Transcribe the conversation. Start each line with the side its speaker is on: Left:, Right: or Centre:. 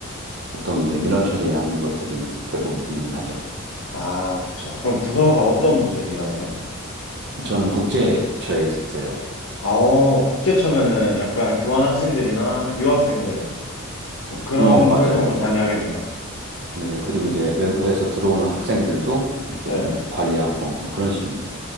Right: 보통 이제 민원 처리하는 것들이 대부분이긴 하죠.
Left: 아, 그쵸. 그럼 부서가 어떤
Right: 음,
Left: 부서에서 일하세요?
Right: 저는 국제처에 있어요.
Left: 아, 어, 국제처면은 약간 교환 학생들이나 유학생들, 좀 그런
Right: 음, 어, 맞아요,
Left: 활동을
Right: 맞아요.
Left: 좀 많이 하겠네요.
Right: 네, 그리고 이제 외국에서 들어오는 학생들도 이렇게
Left: 네네.
Right: 좀 관리하고 뭐 그런 식입니다.